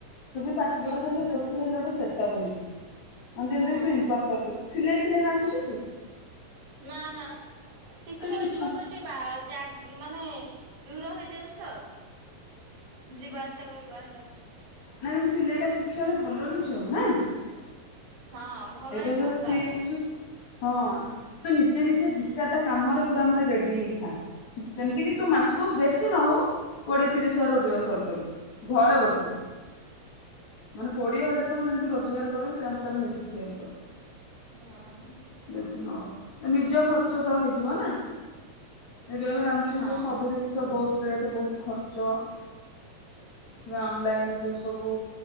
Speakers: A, on the left; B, on the right.
A: ତୁ ବି ପାଠ
B: ହୁଁ
A: ପଢା ସଇଲେ ଯୋଉ ଜୋଉଥିରେ ହେଲେ ଗୋଟେ ସେଟପ ହେଇଯିବୁ, ଜେମତୀ
B: ହଁ
A: କି ତୁ ଇନ୍କମ୍ କରି ପାରିବୁ, ସିଲେଇ ଫିଲେଇ ମା
B: ହୁଁ
A: ସିକିଚୁ?
B: ନା ନା ଶିଖିଆକୁ
A: ଶିଖୁ
B: ଯିବାକୁ ବା ଯା ମାନେ ଦୂର ହେଇଯାଉଛି ତ। ଯିବା ଆସିବା କରିବା ଟା।
A: ନାଇ ମୁୁ ସିଲେଇ ଟା ଶିଖିଗଲେ ଭଲ ଲୋ ଝୀଅ ନା।
B: ହଁ ଭଲ
A: ଏବେ
B: ଇନକମ
A: ଏବେ ଫ୍ରି
B: ତା ଦେହରେ।
A: ଅଛୁ ହଁ ତୁ ନିଜେ ନିଜେ ଦି ଚାରିଟା କାମରେ ପୁରା ମାନେ ରେଡି ହେଇକି ଥା। ଯେମିତି କିି ତୁ ମାସକୁ ବେଶୀ ନହଉ କୋଡିଏ ତିରିଶ ହଜାର ରୋଜଗାର କରିପାରିବୁ। ଘରେ ବସିକି। ମାନେ କୋଡିଏ ହଜାର ଟଙ୍କା ଯେମିତି ରୋଜଗାର କରିବୁ ସେ ଅନୁସାରେ ନିଜକୁ ତିଆରି କର।
B: ହଁ।
A: ବେଶୀ ନହଉ ତ ନିଜ ଖର୍ଚ୍ଚ ତ ହେଇଯିବ ନା? ଏବେ ଏବେ ଜାଣିଛୁ
B: ହଁ
A: ତ ସବୁ ଜିନିଷ ବହୁତ ରେଟ ବହୁତ ଖର୍ଚ୍ଚ। କିବା ଅନଲାଇନରେ ଯୋଉ ସବୁ